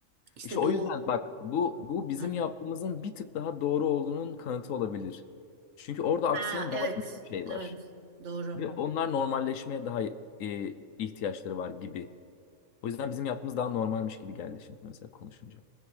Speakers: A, on the right; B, on the left.
A: İşte
B: İşte o
A: doğu.
B: yüzden bak bu bu bizim
A: Ha,
B: yaptığımızın bir tık daha doğru olduğunun kanıtı olabilir. Çünkü orada aksayan
A: ha,
B: daha
A: evet,
B: büyük bir şey var.
A: evet, doğru.
B: Ve onlar normalleşmeye daha e, ihtiyaçları var gibi. O yüzden bizim yaptığımız daha normalmiş gibi geldi şimdi mesela konuşunca.